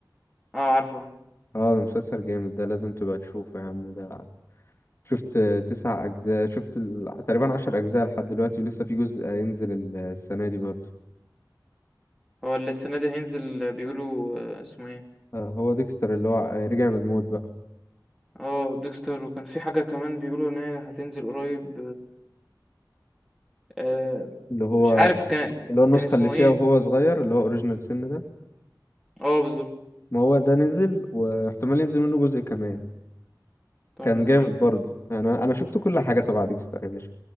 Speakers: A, in the centre; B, on the left.
A: آه، عارفه،
B: اه ده مسلسل جامد ده لازم تبقى تشوفه يا عم ده شفت تسع أجزاء شفت ال... تقريبا عشر أجزاء لحد دلوقتي ولسه في جزء ينزل ال- السنة دي برضه
A: هو اللي السنة دي هينزل بيقولوا آه، اسمه إيه،
B: آه، هو ديكستر اللي هو آه، رجع من الموت بقى
A: آه Dexter وكان في حاجة كمان بيقولوا إن هي هتنزل قريب آآ،
B: اللي هو
A: مش عارف كان
B: اللي هو النسخة
A: كان اسمه
B: اللي فيها
A: إيه،
B: وهو صغير اللي هو أوريجينال سن ده
A: آه بالضبط،
B: ما هو ده نزل واحتمال ينزل منه جزء كمان
A: طب
B: كان
A: ده
B: جامد
A: حلو،
B: برضه يعني انا أنا شفت كل حاجه تبع ديكستر يا باشا